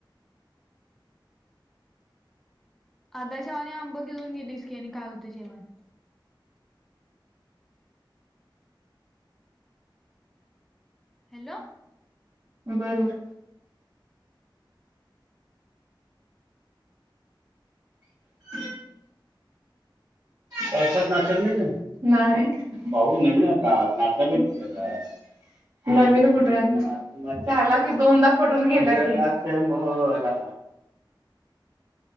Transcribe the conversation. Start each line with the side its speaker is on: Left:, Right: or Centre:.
Centre: आध शेवाने आंब घेऊन गेलीस की आणि काय होत जेवाण. हॅलो.
Right: बर बर. <inaudible> पावसात नाचत नाही काय नाही पाऊस नवीन हाय आता नाचायला पाहिजे की आता. नवीन कुठं? म झाला की दोनदा पडून गेला की नाच नाच मोरा.